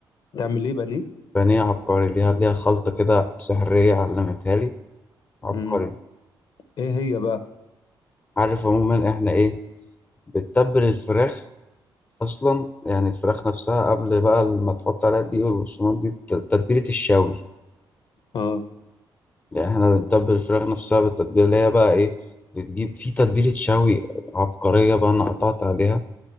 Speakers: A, on the left (about 60°); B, on the left (about 20°).
A: تعمل ايه بانيه
B: بانيه عبقري ليها ليها خلطه كده سحريه علمتها لي عبقري
A: امم ايه هي بقى
B: عارف عموما احنا ايه بتتبل الفراخ اصلا يعني الفراخ نفسها قبل بقى ما تحط عليها الدقيق والبقسماط دي ت- تتبيله الشاوي
A: اه
B: يعني احنا بنتبل الفراخ نفسها بالتتبيله اللي هي بقى ايه بتجيب في تتبيله شوي عبقريه بقى انا قطعت عليها